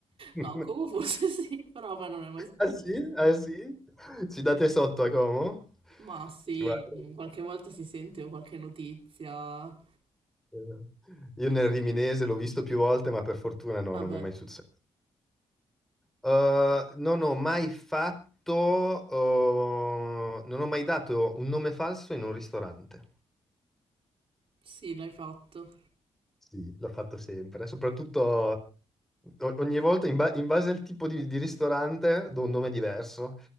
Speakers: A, in the centre; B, on the right.
A: <laughs>
B: no, come forse sì, però a me non è mai successo.
A: Ah sì? Ah sì? Ci date sotto a Como?
B: Ma sì,
A: Guarda,
B: qualche volta si sente qualche notizia.
A: eh, Io nel Riminese l'ho visto più volte, ma per fortuna no,
B: Vabbè,
A: non mi è mai successo. Eh, non ho mai fatto, eh, non ho mai dato un nome falso in un ristorante.
B: sì, l'hai fatto.
A: Sì, l'ho fatto sempre, soprattutto o- ogni volta in, ba- in base al tipo di, di ristorante do un nome diverso,